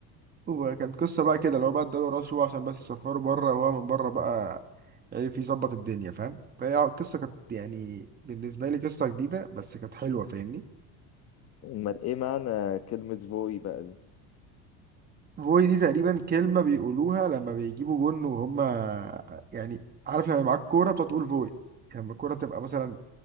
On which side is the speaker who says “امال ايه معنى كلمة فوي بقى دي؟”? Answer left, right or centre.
Left